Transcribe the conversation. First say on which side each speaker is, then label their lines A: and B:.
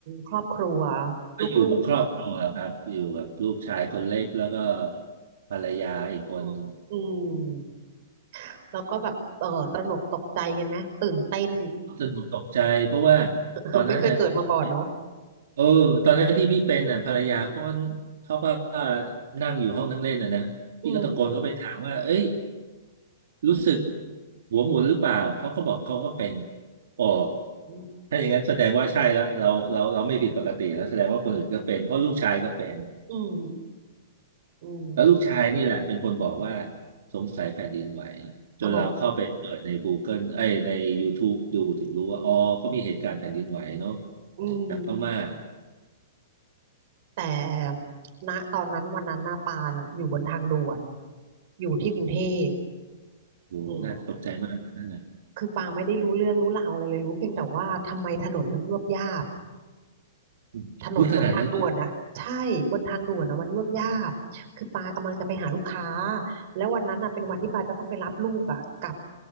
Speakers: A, on the right; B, on the right.
A: ครอบครัว
B: ก็อยู่กับครอบครัวครับอยู่กับลูกชายคนเล็กแล้วก็
A: ลูก
B: ภรรยาอีกคนหนึ่ง
A: ๆอืมอืมแล้วก็แบบเออตระหนกตกใจกันไหมตื่นเต้น
B: สนุกตกใจเพราะว่า
A: <laughs>
B: ตอนนั้นน่ะที่พี่เป็น
A: ไม่เคยเกิดมาก่อนเนาะ
B: เออตอนนั้นที่พี่เป็นน่ะภรรยาเขาเขาก็นั่งอยู่ห้องนั่งเล่นน่ะนะพี่ก็ตะโกนเข้าไปถามว่าเอ้ย
A: อืม
B: รู้สึกหัวหมุนหรือเปล่าเขาก็บอกเขาก็เป็นอ๋อ
A: อืม
B: ถ้าอย่างนั้นแสดงว่าใช่แล้วเราเราเราไม่ผิดปกติแล้วแสดงว่าคนอื่นก็เป็นเพราะลูกชายก็เป็น
A: อืมอืม
B: แล้วลูกชายนี่แหละเป็นคนบอกว่าสงสัยแผ่นดินไหว
A: โอ้โห
B: จนเราเข้าไปเปิดใน Google เอ้ยใน YouTube ดูถึงรู้ว่าอ๋อเขามีเหตุการณ์แผ่นดินไหวเนาะ
A: อืม
B: จากพม่า
A: แต่ณตอนนั้นวันนั้นหน้าปาน่ะอยู่บนทางด่วนอยู่ที่กรุงเทพ
B: โอ้น่าตกใจมากนะนั่นน่ะ
A: อืมคือปางไม่ได้รู้เรื่องรู้ราวอะไรเลยรู้เพียงแต่ว่าทำไมถนนมันยวบยาบ
B: อืมพูดขนาดนั้นเลยเหรอ
A: ถนนบนทางด่วนนะใช่บนทางด่วนนะมันยวบยาบคือปากำลังจะไปหาลูกค้าแล้ววันนั้นอ่ะเป็นวันที่ปาจะต้องไปรับลูกอ่ะกลับ